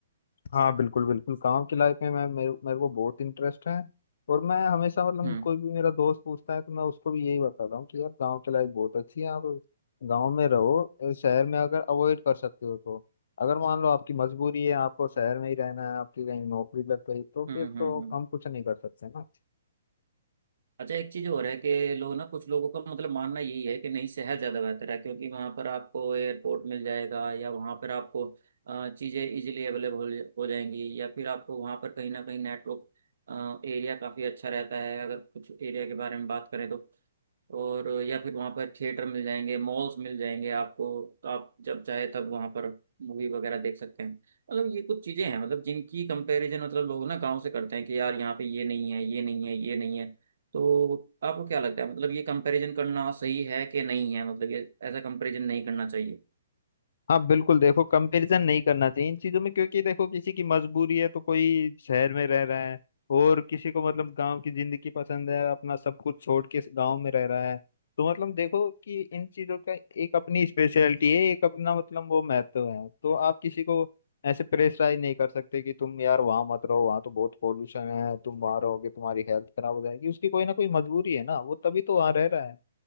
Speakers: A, on the left; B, on the right.
A: हाँ बिल्कुल बिल्कुल काम की लाइफ में मैं मेरे, मेरे को बहुत इंटरेस्ट है और मैं हमेशा मतलब
B: हम्म
A: कोई भी मेरा दोस्त पूछता है तो मैं उसको भी यही बताता हूँ कि यार गांव की लाइफ बहुत अच्छी है आप गांव में रहो अ, शहर में अगर अवॉइड कर सकते हो तो अगर मान लो आपकी मजबूरी है आपको शहर में ही रहना है आपकी कहीं नौकरी लग गई तो
B: हम्म
A: फिर
B: हम्म
A: तो
B: हम्म।
A: हम कुछ नहीं कर सकते ना
B: अच्छा एक चीज और है कि लोग ना कुछ लोगों का मतलब मानना यही है कि नहीं शहर ज्यादा बेहतर है क्योंकि वहां पर आपको एयरपोर्ट मिल जाएगा या वहां पर आपको अ, चीजें इजीली अवेलेबल हो जाएंगी या फिर आपको वहां पर कहीं ना कहीं नेटवर्क एरिया काफी अच्छा रहता है अगर कुछ एरिया के बारे में बात करें तो और या फिर वहाँ पर थिएटर मिल जाएंगे मॉल्स मिल जाएंगे आपको तो आप जब चाहे तब वहाँ पर मूवी वगैरह देख सकते हैं मतलब ये कुछ चीज़ें हैं मतलब जिनकी कंपैरिजन मतलब लोग ना गांव से करते हैं कि यार यहाँ पे ये नहीं है ये नहीं है ये नहीं है तो आपको क्या लगता है मतलब ये कंपैरिजन करना सही है कि नहीं है मतलब ये ऐसा कंपैरिजन नहीं करना चाहिए
A: हाँ बिल्कुल देखो कंपैरिजन नहीं करना चाहिए इन चीजों में क्योंकि देखो किसी की मजबूरी है तो कोई शहर में रह रहा है और किसी को मतलब गांव की जिंदगी पसंद है अपना सब कुछ छोड़ के गांव में रह रहा है तो मतलब देखो कि इन चीजों का एक अपनी स्पेशलिटी है एक अपना मतलब वो महत्व है तो आप किसी को ऐसे प्रेशराइज नहीं कर सकते कि तुम यार वहां मत रहो वहां तो बहुत पॉल्यूशन है तुम वहां रहोगे तुम्हारी हेल्थ खराब हो जाएगी उसकी कोई ना कोई मजबूरी है ना वो तभी तो वहां रह रहा है